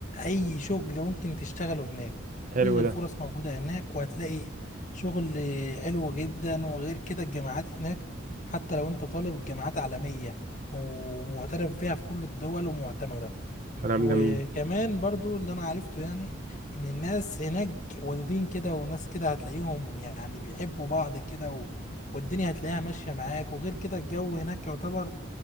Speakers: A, on the left; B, on the right.
A: اي شغل ممكن تشتغله هناك كل
B: حلو
A: الفرص
B: ده
A: موجودة هناك وهتلاقي شغل حلو جدا وغير كده الجامعات هناك حتى لو انت طالب الجامعات عالمية ومعترف فيها في كل الدول ومعتمدة
B: كلام
A: وكمان
B: جميل
A: برضو اللي انا عرفته يعني ان الناس هناك ودودين كده وناس كده هتلاقيهم يعني بيحبوا بعض كده و... والدنيا هتلاقيها ماشية معاك وغير كده الجو هناك يعتبر